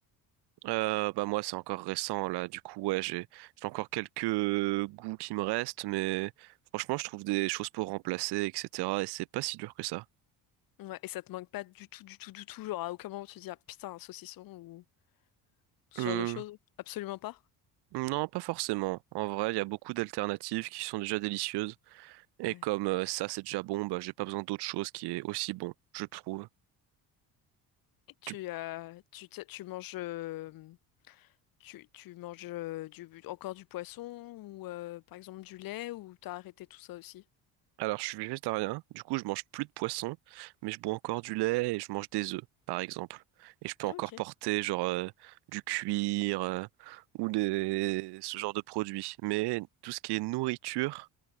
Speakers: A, on the right (about 85°); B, on the left (about 60°).
A: Euh, bah moi, c'est encore récent, là, du coup, ouais, j'ai, j'ai encore quelques goûts qui me restent, mais franchement, je trouve des choses pour remplacer, etc., et c'est pas si dur que ça.
B: Ouais, et ça te manque pas du tout, du tout, du tout, genre à aucun moment tu te dis, ah putain, un saucisson ou... Ce
A: Mmh.
B: genre de choses? Absolument pas.
A: Non, pas forcément. En vrai, il y a beaucoup d'alternatives qui sont déjà délicieuses. Et
B: Ouais.
A: comme euh, ça, c'est déjà bon, bah, j'ai pas besoin d'autre chose qui est aussi bon, je trouve.
B: Et tu,
A: Du-
B: euh, tu, tu tu manges, euh, tu, tu manges euh, du, encore du poisson ou euh, par exemple du lait ou t'as arrêté tout ça aussi?
A: Alors, je suis végétarien, du coup, je mange plus de poisson, mais je bois encore du lait et je mange des œufs, par exemple. Et je peux encore
B: Ok.
A: porter, genre, euh, du cuir euh, ou des... ce genre de produits. Mais tout ce qui est nourriture,